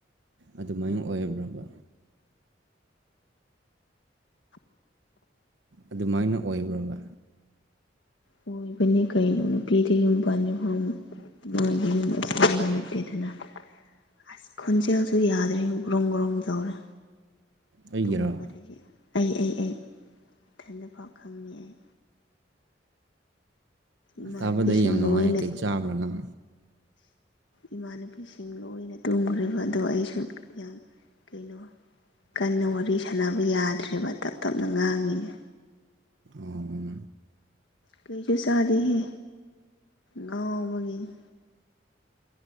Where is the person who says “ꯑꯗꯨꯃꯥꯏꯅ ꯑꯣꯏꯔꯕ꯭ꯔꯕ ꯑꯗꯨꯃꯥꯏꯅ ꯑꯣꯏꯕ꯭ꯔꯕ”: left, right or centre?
Right